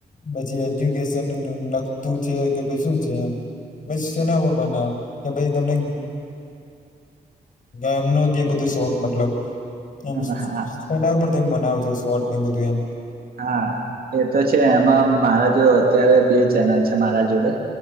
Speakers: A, on the left; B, on the right.
A: પછી એજ્યુકેશન લખતું છે કે ભય શું છે એમ વીસ શેના હો બનાવ કે ભાઈ તમને એમનો જે બધો શોખ મતલબ એમ
B: હા
A: એના પર તે બનાવે છો શોટ ને બધું એમ
B: હા એ તો છે એમાં મારા જો અત્યારે બે ચેનલ છે મારા જોડે